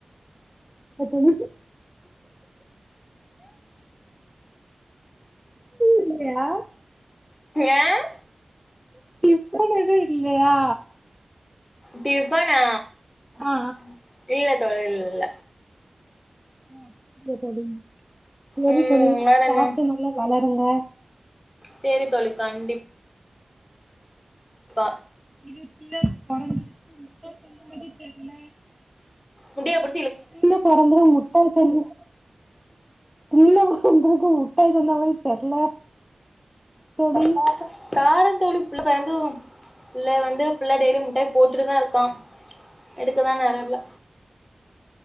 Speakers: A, in the centre; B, on the left.
A: இப்ப தோழி இல்லையா
B: ஏன்
A: இப்பொழுது. இல்லையா.
B: டிஃபனா.
A: ஆ
B: ம்ம் இல்ல தோழி இல்ல
A: ஆஹம் ஓகே தோழி செரி
B: ம்
A: தோழி
B: வேற
A: சாப்டு
B: என்ன
A: நல்லா வளருங்க.
B: சேரி தோழி கண்டிப்பா ப
A: இது பில்லர் குறைந்தது. முன்னாடி இருந்த மாதிரி தெர்ல
B: முடியபுடிச்சுட்டு.
A: புள்ளஅ பொறந்ததும் முத்தம் தரணும் இல்ல வந்திருக்கு முட்ட சேர்ந்த மாரி தெர்ல. தோழி
B: பாப்பு காரந்தோளிப் பிள்ள பிறந்துரு பிள்ள வந்து பிள்ள டெய்லி முட்டாய் போட்டுட்டு தா இருக்கா எடுக்கதா நேரல்ல